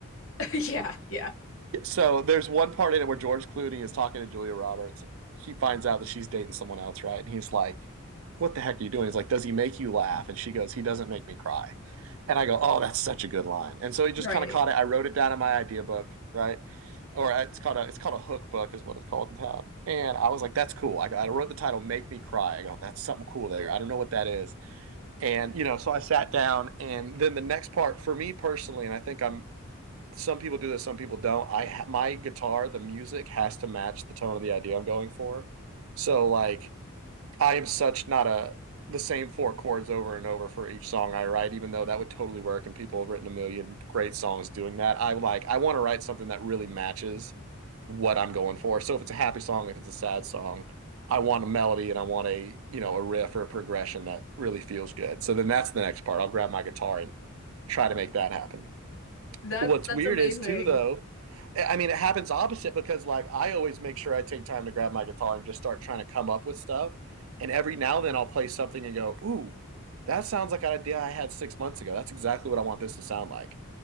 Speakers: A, on the left; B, on the right.
A: <laughs> Yeah, yeah.
B: Yeah, So there's one part in it where George Clooney is talking to Julia Roberts, and he finds out that she's dating someone else, right? And he's like, "What the heck are you doing?" He's like, "Does he make you laugh?" And she goes, "He doesn't make me cry." And I go, "Oh, that's such a good line." And so he just
A: Right.
B: kind of caught it. I wrote it down in my idea book, right? Or uh, it's called a it's called a hook book, is what it's called in town. And I was like, "That's cool." I, I wrote the title "Make Me Cry." I go, "That's something cool there." I don't know what that is. And, you know, so I sat down and then the next part for me personally, and I think I'm, some people do this, some people don't. I, my guitar, the music has to match the tone of the idea I'm going for. So like I am such not a the same four chords over and over for each song I write, even though that would totally work and people have written a million great songs doing that. I like I want to write something that really matches what I'm going for. So if it's a happy song, if it's a sad song, I want a melody and I want a, you know, a riff or a progression that really feels good. So then that's the next part. I'll grab my guitar and try to make that happen.
A: That's
B: What's
A: that's
B: weird
A: amazing.
B: is too though, I mean it happens opposite because like I always make sure I take time to grab my guitar and just start trying to come up with stuff. And every now and then I'll play something and go, ooh, that sounds like an idea I had six months ago. That's exactly what I want this to sound like.